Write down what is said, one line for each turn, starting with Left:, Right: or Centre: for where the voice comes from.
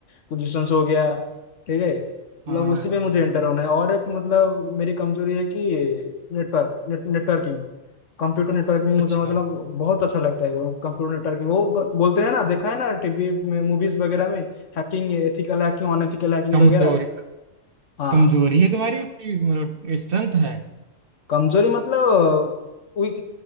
Left: पोजीशंस हो गया ठीक है
Right: हाँ
Left: मतलब उसी
Right: हाँ
Left: में मुझे
Right: हाँ
Left: इंटर होना है और एक मतलब मेरी कमजोरी है कि network net, networking computer networking
Right: अच्छा
Left: मतलब मतलब बहुत अच्छा लगता है वो कंप्यूटर नेटवर्किंग वो ब, बोलते हैं ना देखा है ना टीवी में मूवीज वगैरह में hacking ethical hacking unethical hacking
Right: कमजोरी
Left: वगैरह हाँ
Right: कमजोरी है तुम्हारी कि मतलब स्ट्रेंथ है
Left: कमजोरी मतलब वीक